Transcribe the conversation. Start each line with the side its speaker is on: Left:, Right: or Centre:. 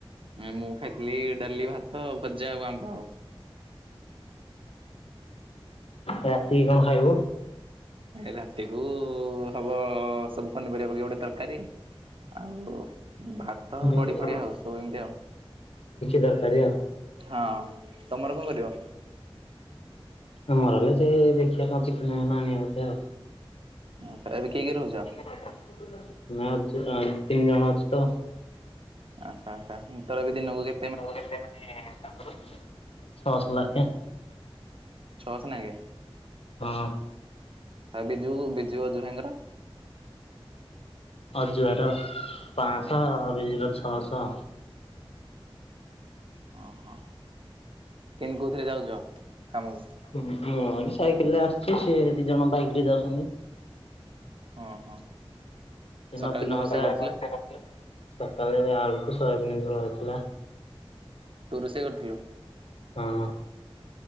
Right: ମୁଁ ଖାଇଥିଲି ଡାଲି ଭାତ ଭଜା ଆଉ ଆମ୍ବ ଆଉ।
Left: ରାତି କଣ ଖାଇବୁ?
Right: ରାତି କୁ ହବ ସବୁ ପନିପରିବା ପକେଇକି ଗୋଟେ ତରକାରୀ। ଆଉ ଭାତ
Left: ମିକ୍ସ
Right: ବଡି ଫଡି ଆଉ ସବୁ ଏମିତି ଆଉ।
Left: ତରକାରୀ ଆଉ।
Right: ହଁ ତମର କଣ କରିବ?
Left: ଆମର ହେଲେ ସେ ଦେଖିବା କଣ ଚିକେନ ଫିକେନ୍ ବୋଧେ ଆଉ।
Right: ଆଛା ଏବେ କିଏ କିଏ ରହୁଛ?
Left: <unintelligible> ତିନି ଜଣ ଅଛୁତ।
Right: ଆଚ୍ଛା ଆଛା ତୋର ଏବେ ଦିନକୁ କେ
Left: <unintelligible> ଛଅଶ ଲାଖେ।
Right: ଛ ସ ନାଖେ?
Left: ହଁ।
Right: ବିଜୁ ବିଜୁ ଅଜୁ ଭାଇଙ୍କର?
Left: ଅଜୁ ଭାଇ ର ପଂଶା ବିଜୁ ର ଛ ସ।
Right: ଅହଁ କେମିତି କେଉଁଥିରେ ଯାଉଛ କାମକୁ?
Left: କେମିତି ଅଣି ସାଇକେଲ ରେ ଆସିଛି ସେ ଦି ଜଣ ବାଇକ ରେ ଯାଉଛନ୍ତି।
Right: ହଁ ହଁ।
Left: ସେ
Right: ସକାଳେ
Left: ନବୀନ
Right: କଣ
Left: ହକା
Right: ରୋଷେଇ
Left: ରୋସେଇ
Right: କରିଥିଲୁ
Left: କରିଥିଲେ ସକାଳେ ଆଳୁ କୁ ସୋୟାବିନ ଝୋଳ ହେଇଥିଲା।
Right: ତୁ ରୋଷେଇ କରିଥିଲୁ?
Left: ହଁ।